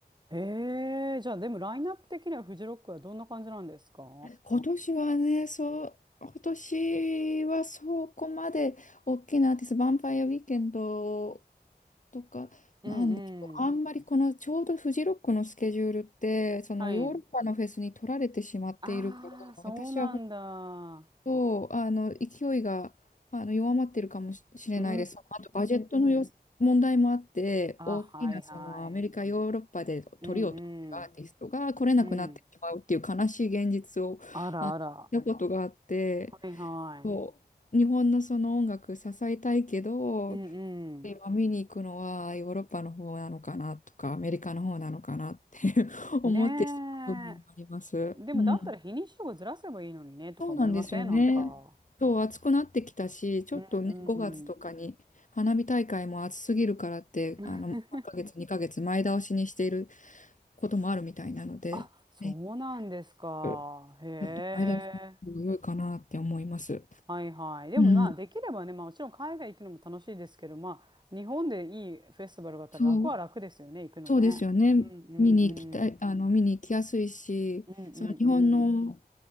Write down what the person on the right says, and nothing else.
ええじゃあでもラインナップ的にはフジロックはどんな感じなんですかう
んうん。
はい。ああ、そうなんだ。
うー
ん。
あ、
はいはい。
うんうん。うん。あらあら。
はいは
い。うんうん。
ね
え。でもだったら日にちとかずらせばいいのにね、
とか思いませんなんか。
うんうん。
<laughs>
あ、そうなんですか。
へえ。はいはい。でもまあできればね、
まあもちろん海外行くのも楽しいですけど、まあ日本でいいフェスティバルがあったら楽は楽ですよね、
行くのね。
うんうん
うん。
うんうんうん。